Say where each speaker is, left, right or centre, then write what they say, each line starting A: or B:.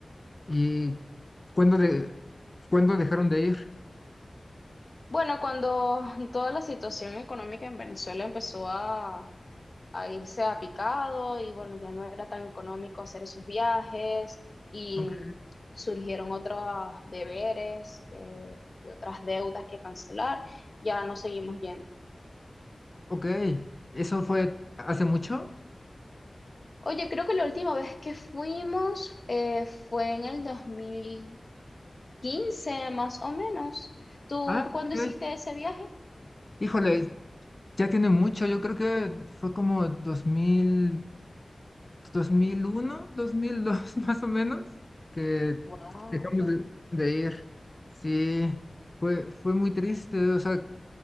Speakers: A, on the left; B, on the left.
A: ¿Y cuándo, de, cuándo dejaron de ir?
B: Bueno, cuando toda la situación económica en Venezuela empezó a, a irse a picado y bueno, ya no era tan económico hacer esos viajes y
A: Ok,
B: surgieron otros deberes que- y otras deudas que cancelar, ya no seguimos yendo.
A: ok, ¿eso fue hace mucho?
B: Oye, creo que la última vez que fuimos eh, fue en el dos mil quince, más o menos. ¿Tú
A: Ah,
B: cuándo hiciste
A: ok.
B: ese viaje?
A: Híjole, Ya tiene mucho, yo creo que fue como dos dos mil dos mil uno dos mil dos <laughs> más o menos, que
B: Wow.
A: dejamos de, de ir. Sí, fue, fue muy triste, o sea,